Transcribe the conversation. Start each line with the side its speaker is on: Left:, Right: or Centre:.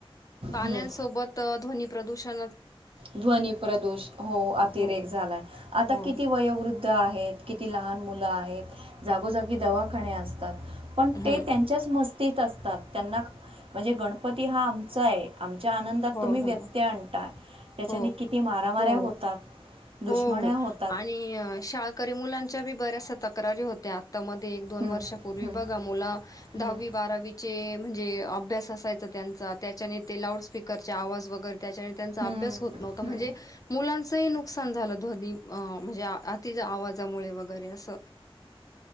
Left: पाण्यांसोबत
Right: हं.
Left: ध्वनी प्रदूषणा
Right: ध्वनी प्रदूष हो अतिरेक
Left: हो
Right: झालाय आता
Left: हो
Right: किती वयोवृद्ध आहेत किती लहान मुलं आहेत जागोजागी दवाखाने असतात. पण
Left: हम्म
Right: ते त्यांच्याच मस् तीत असतात. त्यांना म्हणजे गणपती हा आमचा आहे आम च्या आनंदात
Left: हो
Right: तुम्ही व्यत्यय
Left: हो
Right: आणताय. त्याच्याने
Left: हो
Right: किती मारामाऱ्या
Left: हो
Right: होतात दुश्मन्या
Left: हो
Right: होतात
Left: आणि शाळकरी मुलांच्या बी बऱ्याचशा तक्रारी होत्या. मध्ये एक - दोन
Right: हं,
Left: वर्षापूर्वी
Right: हं,
Left: बघा मुलं दहावी
Right: हं,
Left: बारावीचे म्हणजे अभ्यास असायच त्यांचा त्याच्याने ते लाऊड स्पी करणे आवाज वगैर त्याच्यावेळी
Right: हं,
Left: अभ्यास होत नव्हता
Right: हं.
Left: म्हणजे मुलां चही नुकसान झालं. ध्वनी म्हणजे आति आवाजामुळे वगैरे अस